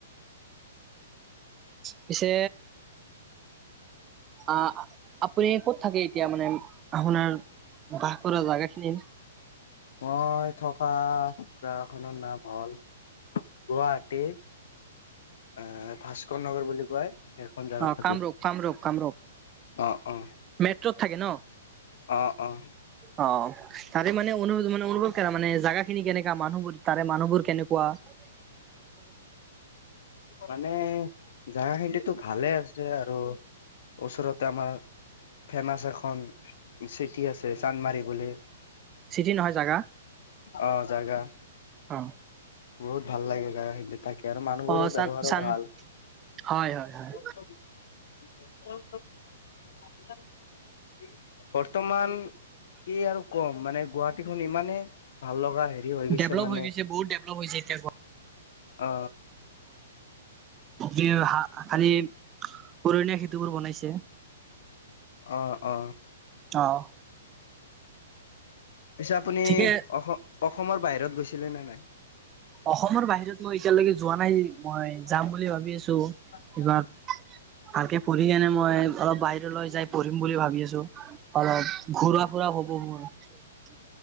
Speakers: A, on the right; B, on the left.
A: পিছে আহ আপুনি ক'ত থাকে এতিয়া মানে, আপোনাৰ বাস কৰা জাগা খিনি?
B: মই থকা জেগাখনৰ নাম হ'ল, গুৱাহাটী। আহ ভাস্কৰ নগৰ বুলি কয়। সেইখন জোগাত
A: অ',
B: থাকো
A: কামৰূপ, কামৰূপ, কামৰূপ।
B: অ', অ',
A: মেট্ৰত থাকে ন
B: অ', অ'।
A: অ', তাৰে মানে অনুভৱ মানে অনুভৱ মানে জাগা খিনি কেনেকা মানুহবোৰ তাৰে মানুহবোৰ কেনেকোৱা কোৱা?
B: মানে জাগা খিনিতো ভালে আছে, আৰু উচৰত আমাৰ ফেমাচ এখন চিটি আছে, চান্দমাৰি বুলি।
A: চিটি নহয়। জেগা।
B: অ, জাগা
A: অ,
B: বহুত ভাল লাগে জাগা খিনি। থাকে আৰু মানুহবোৰৰ
A: অ
B: ব্যৱহাৰো
A: চান চান
B: ভাল।
A: হয় হয় হয়
B: <unintelligible> বৰ্তমান কি আৰু কম। মানে গুৱাহাটীখন ইমানে ভাল লগা হেৰি হৈ গৈছে
A: ডেভলপ
B: মানে।
A: হৈ <unintelligible> হৈছে এতিয়া <unintelligible>
B: অ।
A: <unintelligible> খালি উৰণীয়া সেঁতুবোৰ বনাইছে।
B: অ অ
A: অহ।
B: পিছে আপুনি
A: ঠিকে
B: অস অসমৰ বাহিৰত গৈছিলে নে নাই?
A: অসমৰ বাহিৰত মই এতিয়ালৈকে যোৱা নাই। মই
B: নাই
A: যাম বুলি ভাবি আছো।
B: অ
A: কিবা ভালকে পঢ়ি কেনে মই অলপ বাহিৰলৈ যাই পঢ়িম বুলি ভাবি আছো, অলপ। ঘূৰা, ফুৰা হ <unintelligible>